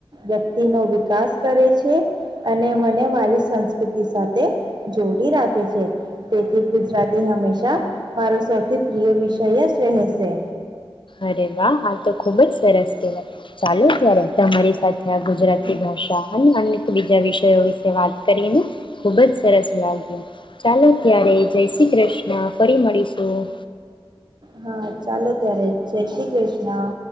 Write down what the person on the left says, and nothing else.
અરે વાહ હાલ તો ખુબ જ સરસ કહેવાય ચાલો ત્યારે તમારી સાથે આ ગુજરાતી ભાષા અને અન્ બીજા વિષયો વિશે વાત કરીને ખૂબ જ સરસ <unintelligible> ચાલો ત્યારે જય શ્રી કૃષ્ણ ફરી મળીશું.